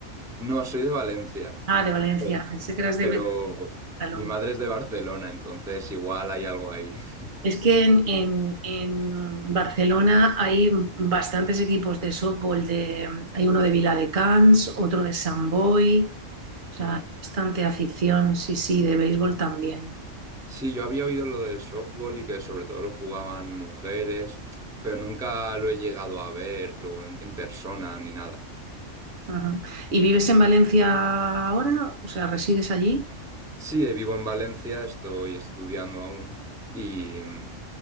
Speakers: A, in the centre; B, on the right (about 50°).
A: No, soy de Valencia,
B: Ah, de Valencia.
A: Sí.
B: Pensé que eras de
A: pero
B: Cataluña.
A: mi madre es de Barcelona, entonces igual hay algo ahí. <laughs>
B: Es que en, en- en Barcelona hay bastantes equipos de softball. De, hay uno de Viladecans, otro de Sant Boi. O sea,
A: Mm.
B: hay bastante afición, sí, sí, de béisbol también.
A: Sí, yo había oído lo del softball y que sobre todo lo jugaban mujeres, pero nunca lo he llegado a ver o en, en persona ni nada.
B: Ajá. ¿Y vives en Valencia ahora? O sea, ¿resides allí?
A: Sí, eh, vivo en Valencia, estoy estudiando aún y... mm,